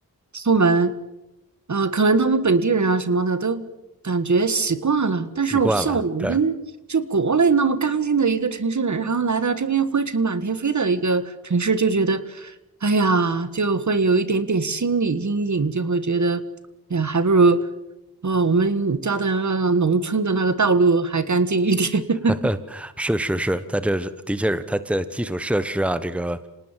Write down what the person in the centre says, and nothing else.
习惯了，对，
<laughs> 呃是是是，它这是的确是它这基础设施啊，这个，